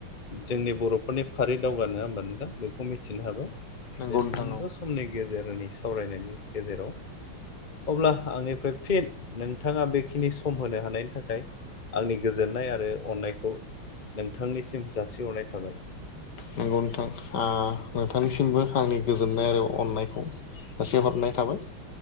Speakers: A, on the left; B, on the left.
A: जोंनि बर'फोरनि फारि दावगा नङा होमबा नोंथां बेखौ मिथिनो हाबाय।
B: नंगौ
A: बे सुंद'
B: नोंथां औ
A: समनि गेजेरनि सावरायनायनि गेजेराव अब्ला आंनिफ्राय फिन नोंथाङा बेखिनि सम होनो हानायनि थाखाय आंनि गोजोननाय आरो अननायखौ नोंथानिसिम जासिहरनाय थाबाय।
B: नंगौ नोंथां। ओ नोंथांनिसिमबो आंनि गोजोननाय आरो अननायखौ जासिहरनाय थाबाय।